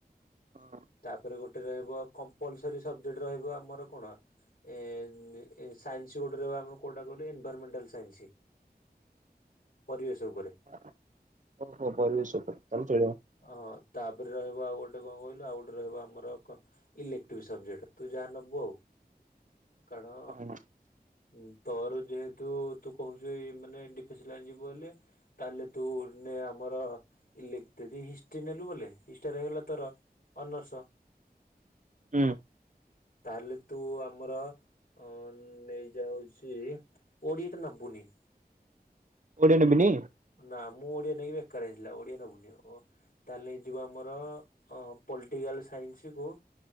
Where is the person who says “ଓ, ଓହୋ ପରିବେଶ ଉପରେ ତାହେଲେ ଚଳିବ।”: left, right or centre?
Right